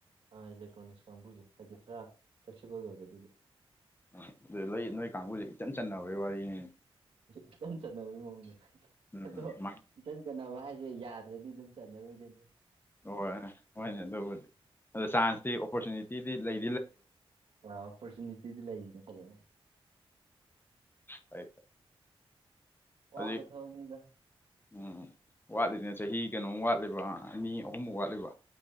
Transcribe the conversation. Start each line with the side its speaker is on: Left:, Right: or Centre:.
Right: ꯑꯥ ꯏꯂꯦꯛꯇ꯭ꯔꯣꯅꯤꯛꯁ ꯀꯥꯡꯕꯨꯁꯦ ꯍꯥꯏꯗꯤ ꯈꯔ ꯐ꯭ꯂꯦꯛꯁꯤꯕꯜ ꯑꯣꯏꯕ ꯑꯗꯨꯒꯤ
Left: ꯑꯗꯨ ꯅꯣꯏ ꯅꯣꯏ ꯀꯥꯡꯒꯨꯁꯦ ꯏꯆꯟ ꯆꯟꯅꯕꯩ ꯋꯥꯔꯤꯅꯤꯅꯦ
Right: ꯏꯆꯟ ꯆꯠꯅꯕꯒꯤ ꯃꯑꯣꯡꯗ
Left: ꯎꯝ
Right: ꯑꯗꯣ
Left: ꯃꯥꯏ
Right: ꯏꯆꯟ ꯆꯠꯅꯕ ꯍꯥꯏ ꯑꯩꯁꯦ ꯌꯥꯗ꯭ꯔꯗꯤ ꯑꯗꯨꯝ ꯆꯟꯅꯔꯣꯏꯗꯣꯏꯅꯦ
Left: ꯍꯣꯏ ꯍꯣꯏꯅꯦ ꯑꯗꯨꯕꯨꯗꯤ ꯑꯗꯣ ꯆꯥꯟꯁꯇꯤ ꯑꯣꯄꯣꯔꯆꯨꯅꯤꯇꯤꯗꯤ ꯂꯩ
Right: ꯑ ꯑꯣꯄꯣꯔꯆꯨꯅꯤꯇꯤꯗꯤ ꯂꯩꯔꯤꯅꯤ ꯐꯖꯅ
Left: ꯍꯣꯏꯣꯏ <inaudible>
Right: ꯋꯥꯕ
Left: ꯍꯧꯖꯤꯛ
Right: ꯊꯕꯛꯅꯤꯗ
Left: ꯎꯝ ꯋꯥꯠꯂꯤꯅꯦ ꯆꯍꯤ ꯀꯩꯅꯣꯝ ꯋꯥꯠꯂꯤꯕ ꯑꯅꯤ ꯑꯍꯨꯝꯃꯨꯛ ꯋꯥꯠꯂꯤꯕ